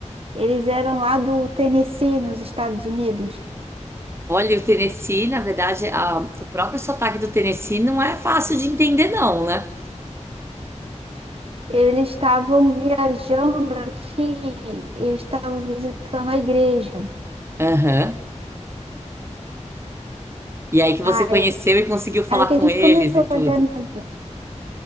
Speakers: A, on the right; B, on the right.
A: Eles eram lá do Tennessee, nos Estados Unidos.
B: Olha, o Tennessee, na verdade, a- o próprio sotaque do Tennessee não é fácil de entender, não, né?
A: Eles estavam viajando aqui, eles estavam visitando a igreja.
B: Aham. E aí que você
A: Aí,
B: conheceu e conseguiu falar
A: aí que a
B: com
A: gente
B: eles
A: começou
B: e
A: a
B: tudo.
A: fazer amizade.